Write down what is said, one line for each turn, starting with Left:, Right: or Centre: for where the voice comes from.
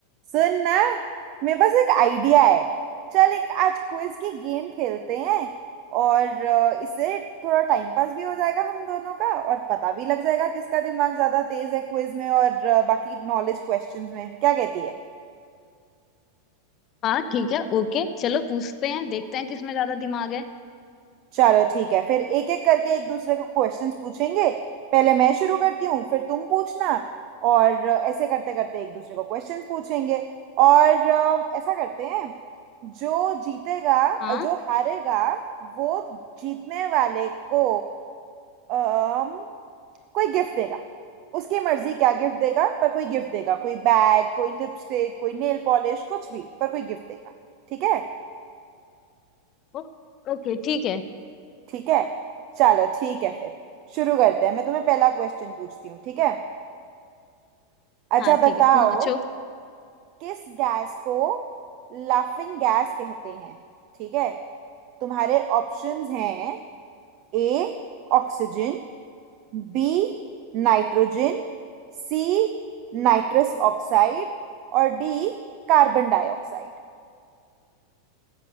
Right: सुन ना मेरे पास एक आइडिया है चल एक आज क्विज की गेम खेलते हैं और अ, इससे थोड़ा टाइम पास भी हो जाएगा हम दोनों का और पता भी लग जाएगा किसका दिमाग ज्यादा तेज है क्विज में और अ, बाकी नॉलेज क्वेश्चंस में क्या कहती है
Left: हाँ ठीक है ओके चलो पूछते हैं देखते हैं किसमें ज्यादा दिमाग है
Right: चलो ठीक है फिर एक एक करके एक दूसरे को क्वेश्चंस पूछेंगे पहले मैं शुरू करती हूँ फिर तुम पूछना और अ, ऐसे करते करते एक दूसरे को क्वेश्चंस पूछेंगे और अ, ऐसा करते हैं जो जीतेगा अ,
Left: हाँ
Right: जो हारेगा वो जीतने वाले को अम, कोई गिफ्ट देगा उसकी मर्जी क्या गिफ्ट देगा पर कोई गिफ्ट देगा कोई बैग कोई लिपस्टिक कोई नेल पॉलिश कुछ भी पर कोई गिफ्ट देगा ठीक है
Left: ओ, ओके ठीक है
Right: ठीक है चलो ठीक है फिर शुरू करते हैं मैं तुम्हें पहला क्वेश्चन पूछती हूँ ठीक है अच्छा
Left: हाँ
Right: हम्म
Left: ठीक
Right: बताओ
Left: है पूछो
Right: किस गैस को लाफिंग गैस कहते हैं ठीक है तुम्हारे ऑप्शंस हैं A oxygen B nitrogen C nitrous oxide और D carbon dioxide